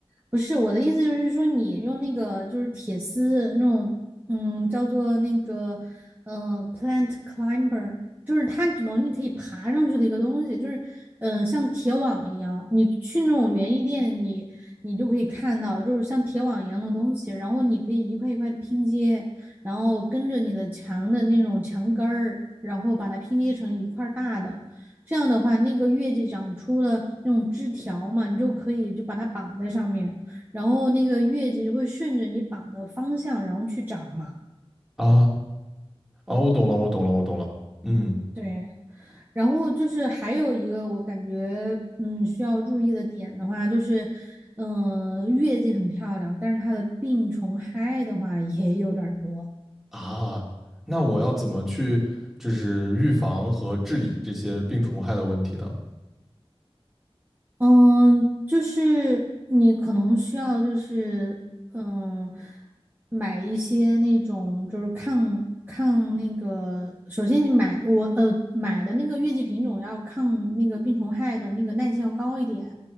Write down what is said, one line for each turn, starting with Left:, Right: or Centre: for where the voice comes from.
Right: 不是，我的意思就是说，你用那个就是铁丝那种，嗯，叫做那个呃 plant climber，就是它只能你可以爬上去的一个东西，就是嗯、呃像铁网一样，你去那种园艺店你，你就可以看到，就是像铁网一样的东西，然后你可以一块一块的拼接，然后跟着你的墙的那种墙根儿，然后把它拼接成一块儿大的。这样的话，那个月季长出了那种枝条嘛，你就可以就把它绑在上面，然后那个月季就会顺着你绑的方向，然后去长嘛。
Centre: 啊啊，我懂了，我懂了，我懂了。嗯
Right: 对，然后就是还有一个我感觉嗯需要注意的点的话，就是嗯、呃月季很漂亮，但是它的病虫害的话也有点儿多。
Centre: 啊，那我要怎么去就是预防和治理这些病虫害的问题呢？
Right: 嗯，就是你可能需要，就是嗯，买一些那种就是抗抗那个，首先你买我呃买的那个月季品种要抗那个病虫害的那个耐性要高一点，